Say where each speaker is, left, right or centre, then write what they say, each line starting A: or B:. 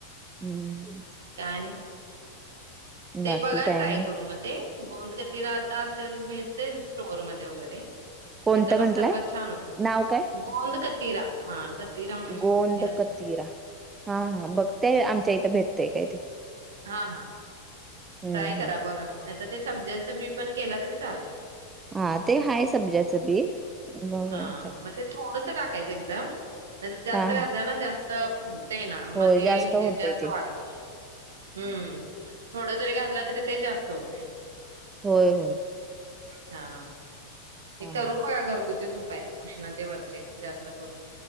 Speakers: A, on the right (about 15°); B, on the right (about 65°).
A: हम्म <inaudible>
B: काय आणि ते
A: बाकी
B: बघा
A: काय
B: ट्राय
A: नाही
B: करू मग ते गोंद कती राहता असे भेटते स्टोअर मध्ये वगैरे
A: कोणतं
B: तेज पण
A: म्हंटलंय
B: सरबत छान होत.
A: नाव काय?
B: गोंद कतीरा हा कतिरा म्हणून
A: गोंद
B: हे असते
A: कतिरा
B: ते.
A: हा हा बघतेय आमच्या इथं भेटतय काय ते.
B: हा हा
A: हम्म
B: ट्राय करा
A: हम्म.
B: बघा नाही. तर ते सब्जाच बी पण केला तरी चालतं.
A: हा ते हाय सब्जाचं बी बघ
B: हा मग ते थोडस टाकायचं एकदम जास्त
A: हा
B: घातलं
A: हा
B: ना जास्त फुगत ते ना
A: होय
B: मग ते
A: जास्त होतय
B: जास्त
A: ते
B: वाढते. हम्म, थोडं जरी घातलं तरी ते जास्त होतंय.
A: होय होय
B: हा ते
A: हा
B: करून
A: हा.
B: बघा घरगु तीच उपाय उष्णतेवरचे जास्त करून.